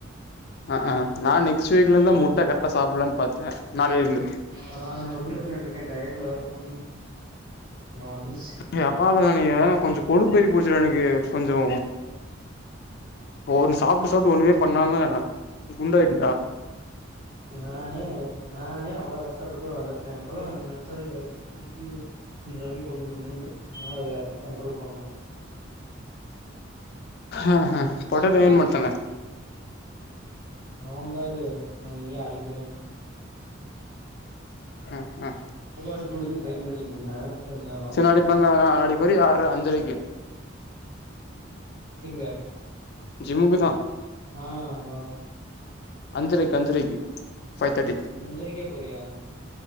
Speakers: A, on the left (about 55°); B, on the right (about 60°).
A: ஆ ஆ நா நெக்ஸ்ட் வீக்ல இருந்து முட்ட கரெக்டா சாப்லான்னு பாத்தே நாளைல இருந்து
B: ஆ நா நொருங்கூ தின்னுட்டு இருக்கே டயட்ல வேற இருக்கனு இனி நாளைல இருந்து
A: நீ <unintelligible> எதான நீங்க கொஞ்சோ கொழுப்பேறி போச்சுடா எனக்கு கொஞ்சோ ஒ சாப்ட்டு சாப்ட்டு ஒண்ணுமே பண்ணாம குண்டாய்டேண்டா
B: நானே நானே அவ்வளோ கஷ்டப்பட்டு வளர்த்தே எனக்கு எல்லா உன்ன நினைச்சாவே இதா இருக்கு திருப்பியு அந்த நிலமைக்கு கொண்டு வந்துருவேனோன்டு இருக்கு அதனால இத கன்ட்ரோல் பண்ணணு
A: ஆ ஆ போடேட்டோ
B: இங்க
A: ஏ
B: வா
A: மத்தானே
B: அவ பாரு அங்க இங்க ஆடிட்டு இருக்கா
A: ஆ ஆ
B: கருவாடு கொடுத்து ட்ரெயின் பண்ணிட்டு இருந்தே கொஞ்ச நேரோ
A: சரி நாளைக்கு பொறந்த நாளா நாளைக்கு வரியா ஆற அஞ்சரைக்கு
B: இங்க
A: ஜிம்முக்கு தா
B: ஆ வா வா
A: அஞ்சரைக்கு அஞ்சரைக்கு ஃபைவ் தேர்ட்டி
B: அஞ்சரைக்கே போறியா